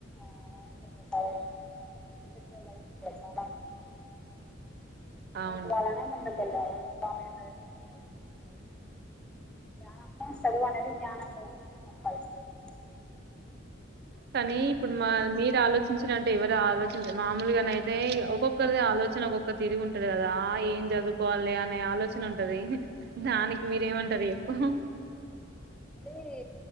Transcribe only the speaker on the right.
అవును
కనీ ఇప్పుడు మా మీరు ఆలోచించిన అంటే ఎవరు ఆలోచించ మామూలుగానయితే ఒక్కొక్కరిది ఆలోచ ఆలోచన ఒొక్క తిరిగి ఉంటది కదా ఏం చదువుకోవాల్లె అనే ఆలోచన ఉంటది దానికి మీరేం ఏమ ముంటది అహ్